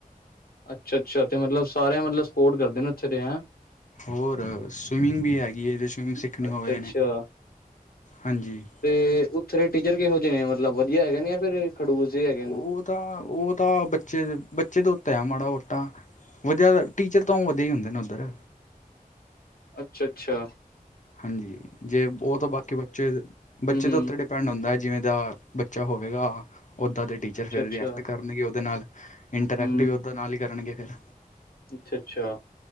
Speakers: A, on the left; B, on the left.
A: ਅੱਛਾ-ਅੱਛਾ ਤੇ ਮਤਲਬ ਸਾਰੇ ਮਤਲਬ ਸਪੋਰਟ ਕਰਦੇ। ਨੇ ਉੱਥੇ ਦੇ ਹੈਂ।
B: ਹੋਰ ਸਵਿਮਿੰਗ ਵੀ ਹੈਗੀ ਏ। ਸਵਿਮਿੰਗ ਸਿੱਖਣੀ
A: ਅੱਛਾ-ਅੱਛਾ
B: ਹੋਵੇ ਇਹਨੇ। ਹਾਂਜੀ।
A: ਤੇ ਉੱਥੇ ਟੀਚਰ ਕਿਹੋ ਜਿਹੇ ਨੇ ਮਤਲਬ ਵਧੀਆ ਹੈਗੇ ਨੇ ਜਾਂ ਫਿਰ ਖੜੂਸ ਜ ਹੈਗੇ
B: ਉਹ
A: ਨੇ?
B: ਤਾਂ ਉਹ ਤਾਂ ਬੱਚੇ ਦੇ ਬੱਚੇ ਉੱਤੇ ਆ ਮਾੜਾ ਮੋਟਾ। ਵਧੀਆ ਟੀਚਰ ਤਾਂ ਉਹ ਵਧੀਆ ਹੀ ਹੁੰਦੇ ਨੇ ਉੱਧਰ।
A: ਅੱਛਾ -ਅੱਛਾ।
B: ਹਾਂਜੀ, ਜੇ ਉਹ ਤਾਂ ਬਾਕੀ ਬੱਚੇ-
A: ਹੂੰ-ਹੂੰ
B: ਬੱਚੇ ਦੇ ਉੱਤੇੇ ਪੈਂਡ ਹੁੰਦਾ। ਜਿਵੇਂ ਦਾ ਬੱਚਾ ਹੋਵੇਗਾ ਓਦਾਂ ਦੇ। ਟੀਚਰ
A: ਅੱਛਾ-ਅੱਛਾ
B: ਫਿਰ ਰਿਐਕਟ ਕਰਨਗੇ। ਉਹਦੇ ਨਾਲ ਇੰਟਰੈਕਟ
A: ਹੂੰ
B: ਵੀ ਉਹ ਨਾਲ ਹੀ ਕਰਨਗੇ ਫਿਰ।
A: ਅੱਛਾ-ਅੱਛਾ।